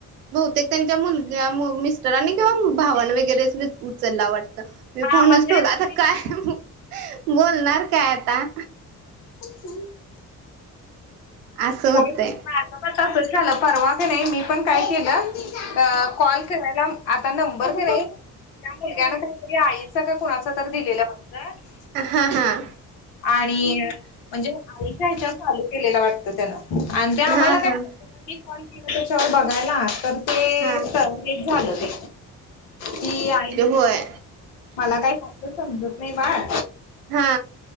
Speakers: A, on the right; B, on the left.
A: बहुतेक त्यांच्या मुलग्या मिस्टरानी किंवा भावन वगैरे अस उचलला वाटतं. मी
B: हा
A: फोनच
B: मग ते
A: ठेवला आता काय बोलणार काय आता.
B: ह
A: असं
B: होय
A: होतंय.
B: माझंपण तसच झालं, परवा का नाही मीपण काय केलं अ कॉल करायला आता नंबर नाही त्या मुलग्याना काहीतरी आईच का कुणाच तर दिलेला वाटत.
A: हा हा
B: आणि म्हणजे आईच्या हच्या चालू केलेला. वाटतं त्यानं आणि ते आम्हाला
A: हा
B: काय
A: हा
B: कत मी कॉल केला त्याच्यावर बघायला तर ते
A: हा
B: झालं ते. ती आई
A: होय
B: <unintelligible> मला काही यातलं समजत नाही बाळ.
A: हा.